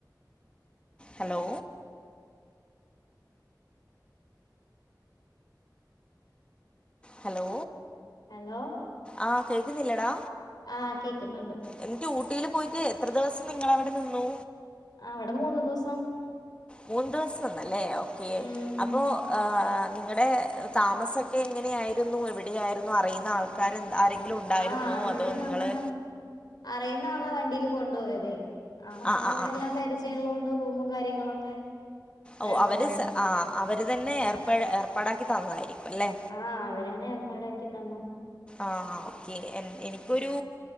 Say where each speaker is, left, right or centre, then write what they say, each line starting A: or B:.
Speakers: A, on the left (about 15°); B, on the left (about 65°).
A: ഹലോ? ഹലോ?
B: ഹലോ
A: ആഹ് കേൾക്കുന്നില്ലടാ.
B: ആഹ് കേക്കുന്നുണ്ട്
A: എന്നിട്ട് ഊട്ടിയില് പോയിട്ട് എത്ര ദിവസം നിങ്ങളവടെ നിന്നു.
B: അവടെ മൂന്നു ദിവസം.
A: മൂന്ന് ദിവസം നിന്നല്ലേ ഓക്കേ
B: ഉം
A: അപ്പോ ആ നിങ്ങടെ താമസൊക്കെ എങ്ങനെയായിരുന്നു. എവിടെയായിരുന്നു. അറിയുന്ന ആൾക്കാര് ആരെ ങ്കിലുണ്ടായിരുന്നോ
B: ആഹ് അവര്
A: അതോ നിങ്ങള്.
B: നമ്മള് അറിയുന്ന ആളാ വണ്ടീല് കൊണ്ടുപോയതെ ആൾക്ക്
A: ആ ആ
B: അവിടെല്ലാം
A: ആ ആ.
B: പരി ചയള്ളോണ്ട് റൂമും കാര്യങ്ങളൊക്കെ.
A: ഓഹ്
B: എടുത്ത്
A: അവര്
B: തന്നു
A: ആ അവര് തന്നെ ഏർപാ ഏർപ്പാടാക്കി തന്നതായിരിക്കും. അല്ലെ
B: ആഹ് അവരന്നെ ഏർപ്പാടാക്കി തന്നു.
A: ആ ഓക്കേ എനിക്കൊരു.